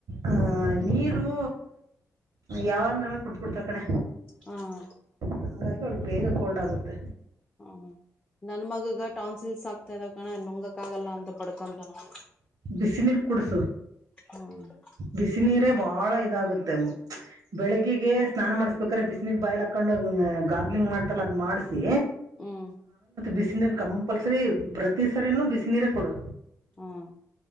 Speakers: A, on the right; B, on the left.
A: ಹ್ಂ ನೀರು. ಯಾವಂದ್ರವೆ ಕುಡ್ಬಿಡ್ತಾಳ್ ಕಣೆ.
B: ಹುಂ
A: ಹಂಗಾಗಿ ಅವ್ಳಿಗ್ ಬೇಗ ಕೋಲ್ಡ್ ಆಗುತ್ತೆ.
B: ಹ್ಮ್ ನನ್ ಮಗಗ ಟೌನ್ಸಿಲ್ಸ್ ಆಕ್ತಾ ಇದಾವ್ ಕಣೆ ನುಂಗಕ್ ಆಗಲ್ಲ ಅಂತ ಬಡ್ಕೊಂತಾನವ್ನು.
A: ಬಿಸಿ ನೀರ್ ಕುಡ್ಸು.
B: ಅವ್ನು.
A: ಬಿಸಿನೀರೆ ಬಾಳ ಇದಾಗುತ್ತೆ ಚ್ ಬೆಳಿಗ್ಗೆಗೆ ಸ್ನಾನ ಮಾಡಸ್ಬೇಕ್ರೆ ಬಿಸಿನೀರ್ ಬಾಯಲಾಕ್ ಕಂಡು ಗಾರ್ಗಲಿಂಗ್ ಮಾಡ್ತಾರಲ್ಲ ಅದ್ನ ಮಾಡ್ಸಿ.
B: ಹ್ಮ್ ಹ್ಮ್
A: ಬಿಸಿನೀರು ಕಂಪಲ್ಸರಿ ಪ್ರತಿ ಸರಿನೂ ಬಿಸಿನೀರೆ ಕೊಡು.
B: ಹ್ಮ್